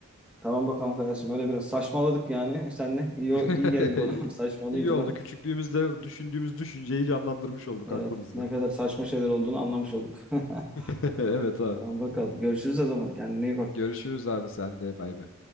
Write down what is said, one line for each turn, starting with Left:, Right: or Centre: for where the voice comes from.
Centre: Tamam bakalım kardeşim öyle biraz saçmaladık yani. <laughs> Senle iyi, iyi
Left: <laughs>
Centre: geldi bana <laughs> saçmalayınca
Left: İyi oldu.
Centre: ben
Left: Küçüklüğümüzde düşündüğümüz düşünceyi canlandırmış olduk
Centre: Evet,
Left: aklımızda.
Centre: ne kadar saçma şeyler olduğunu anlamış olduk. <laughs>
Left: <laughs> Evet abi.
Centre: Tamam bakalım. Görüşürüz o zaman. Kendine iyi bak.
Left: Görüşürüz abi sen de. Bay bay.